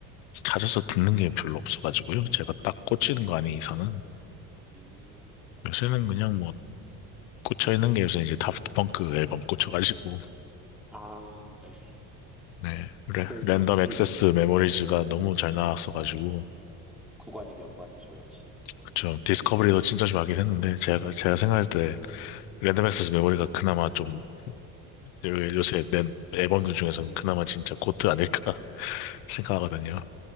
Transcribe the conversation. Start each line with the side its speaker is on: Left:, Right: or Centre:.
Left: 찾아서 듣는 게 별로 없어가지고요. 제가 딱 꽂히는
Centre: 음,
Left: 거 아닌 이상은.
Centre: 음,
Left: 요새는 그냥 뭐, 꽂혀있는 게 요새 이제 다프트 펑크 앨범 꽂혀가지고,
Centre: 아, 네.
Left: 네. 레,
Centre: 그
Left: 랜덤
Centre: 역시
Left: 액세스 메모리즈가
Centre: 네,
Left: 너무 잘 나왔어가지고.
Centre: 네, 네. 구관이 명관이죠, 역시.
Left: 그쵸. 디스커버리도 진짜 좋아하긴 했는데, 제가, 제가 생각할
Centre: 네,
Left: 때 랜덤
Centre: 네네.
Left: 액세스 메모리가 그나마 좀, 요- 요새 낸 앨범들 중에서는
Centre: 음,
Left: 그나마 진짜 고트 아닐까
Centre: 음,
Left: <laughs> 생각하거든요.